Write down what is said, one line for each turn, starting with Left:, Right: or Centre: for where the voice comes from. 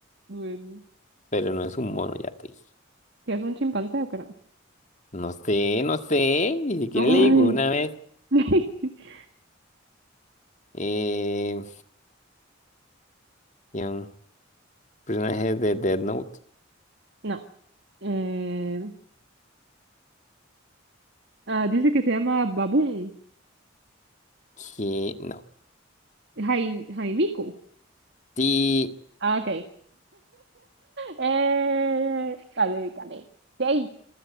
Right: bueno.
Left: pero no es un mono, ya te dije.
Right: ¿Qué es un chimpancé o qué no?
Left: No sé, no sé, ni siquiera
Right: Ay.
Left: le digo una vez.
Right: <laughs>
Left: Eh, había un personaje de Dead Note
Right: No. Eh, ah, dice que se llama Baboon.
Left: que no.
Right: Jaim- Jaimico.
Left: Sí.
Right: Ah, ok. Eh, gané, gané. Yay.